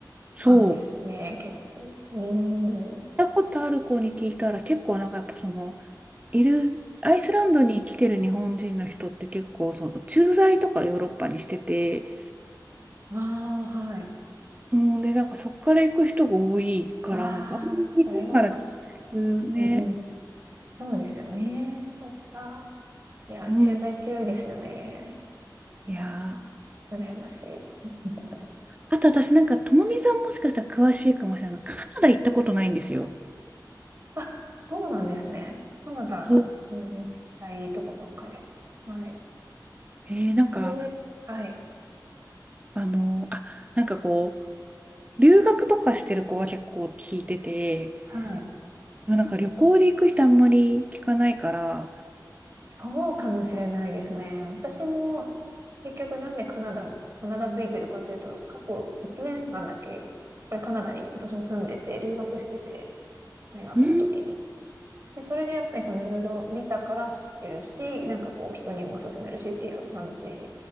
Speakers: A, on the right; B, on the right.
A: そう。
B: 感じですよね。結構。うーん。
A: 行ったことある子に聞いたら結構なんかやっぱその、いる、アイスランドに来てる日本人の人って結構その駐在とかヨーロッパにしてて、
B: ああ、はい。
A: うんでなんかそっから行く人が多いからなんか、
B: ああ、それは、
A: 日本から直接ね、
B: うんそうですよね。そっか。いやー、
A: うん、
B: 駐在強いですよね。いや
A: いやー
B: ー、羨ましい。<laughs>
A: あと私なんか、ともみさんもしかしたら詳しいかもしれない。カナダ行ったことないんですよ。
B: あ、そうなんですね。カナダ、
A: そう。
B: めちゃくちゃいいとこばっかりです。はい。
A: えー、
B: それで、
A: なんか、
B: はい。
A: あのーあ、なんかこう、留学とかしてる子は結構聞いてて、
B: はい。
A: でもなんか旅行で行く人あんまり聞かないから、
B: そうかもしれないですね。私も、結局なんでカナダ、カナダ付いてるかというと、過去1年間だけ、やっぱりカナダに私も住んでて、留学してて、大学の時に。
A: うーん、
B: で、それでやっぱりそのいろいろ見たから知ってるし、なんかこう人にも勧めるしっていう感じ